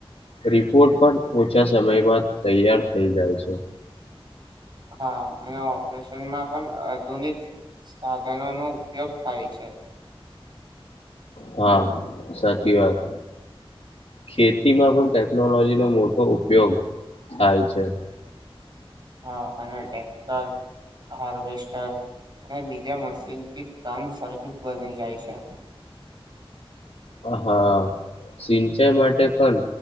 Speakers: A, on the left (about 80°); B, on the right (about 45°).
A: રિપોર્ટ પણ ઓછા સમયમાં તૈયાર થઈ જાય છે.
B: હા, અને ઓપરેશનમાં પણ આધુનિક સાધનો નો ઉપયોગ થાય છે.
A: હા સાચી વાત. ખેતીમાં પણ ટેકનોલોજીનો મોટો ઉપયોગ થાય છે
B: હા અને ટેક્ટર હાર્વેસ્ટર અને બીજા મશીનથી કામ સરદ બની જાય છે
A: હા સિંચાઈ માટે પણ